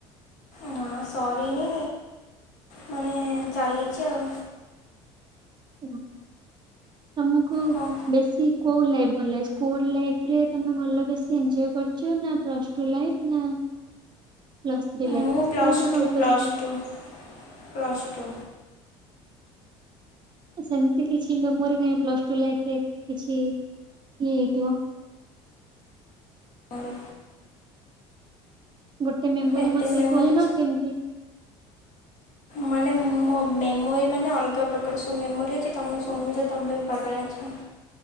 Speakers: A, on the left; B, on the right.
A: ନା ସରିନି ମାନେ ଚାଲିଛି ଆଉ।
B: ଓହୋ ତମକୁ
A: କଣ
B: ବେଶୀ। କୋଉ ଲାଇଫ ଭଲଲାଗେ। ସ୍କୁଲ ଲାଇଫରେ ତମେ ଭଲ ବେଶି ଏନଜୟ କରୁଛ ନାଁ ପ୍ଲସଟୁ ଲାଇଫ ନାଁ। ପ୍ଲସଥ୍ରୀ ଲାଇଫନା
A: ମୁଁ ପ୍ଲସ୍
B: କୋଉଟା
A: ଟୁ
B: ତମକୁ
A: ପ୍ଲସ୍
B: ବେସି।
A: ଟୁ ପ୍ଲସ୍ ଟୁ
B: ସେମିତି କିଛି ମେମୋରି ନାହିଁ ପ୍ଲସଟୁ ଲାଇଫରେ କିଛି ହେଇଥିବ।
A: ହଉ।
B: ଗୋଟେ ମେମୋରି
A: ଏତେ
B: ମତେ
A: ମେମୋରି
B: କହୁନ କେମତି।
A: ମାନେ ମୋ ମେମୋରି ମାନେ ଅଲଗା ପ୍ରକାର ସବୁ ମେମୋରୀ ଅଛି ତମେ ଶୁଣୁଛ ତମେ ଵି ପାଗଳ ହେଇଯିବ।